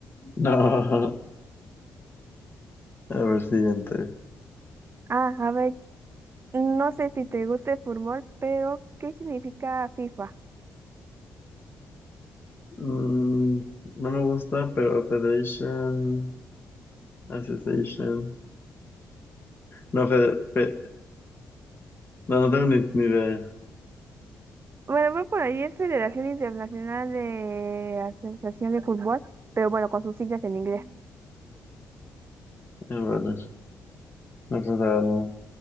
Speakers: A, on the left; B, on the right.
A: No. <laughs> A ver, siguiente.
B: Ah, a ver, no sé si te gusta el fútbol, pero ¿qué significa FIFA?
A: Mm, no me gusta, pero Federation, Association. No, Fede- Fe- no, no tengo ni, ni idea.
B: Bueno, voy por ahí es Federación Internacional de Asociación de Fútbol, pero bueno, con sus siglas en inglés.
A: A ver, no, pues, ah, no,